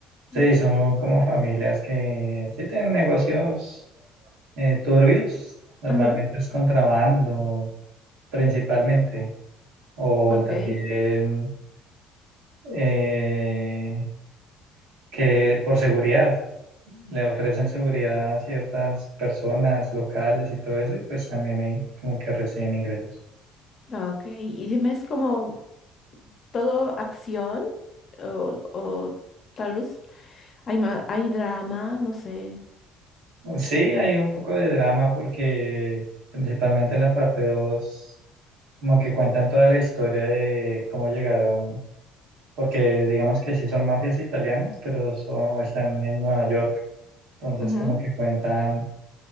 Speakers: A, on the left; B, on the right.
A: De-
B: Sí, son como familias que sí tienen negocios eh, turbios, normalmente
A: Ajá,
B: es contrabando principalmente, o
A: ok.
B: también... eh, que por seguridad le ofrecen seguridad a ciertas personas locales y todo eso, y pues también ahí como que reciben ingresos.
A: Ah, Ok, y dime, ¿es como todo acción o, o tal vez hay, ma- hay drama, no sé?
B: Sí, hay un poco de drama porque principalmente en la parte 2 como que cuentan toda la historia de cómo llegaron, porque digamos que sí son mafias italianas, pero son, están en Nueva York, entonces
A: Ujú.
B: como que cuentan